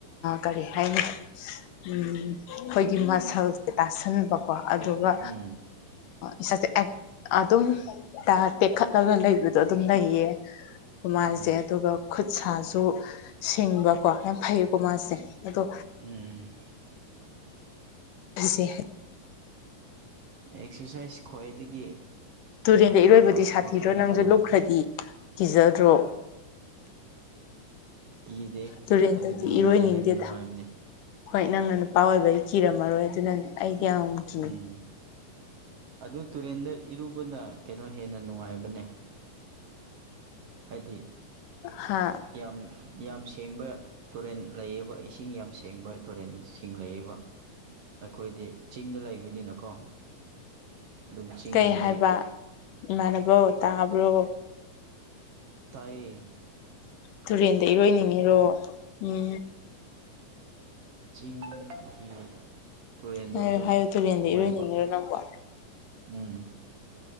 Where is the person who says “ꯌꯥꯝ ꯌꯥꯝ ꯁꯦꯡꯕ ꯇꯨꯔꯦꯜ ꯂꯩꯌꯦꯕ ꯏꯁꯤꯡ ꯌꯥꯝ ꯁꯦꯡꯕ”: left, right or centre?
Right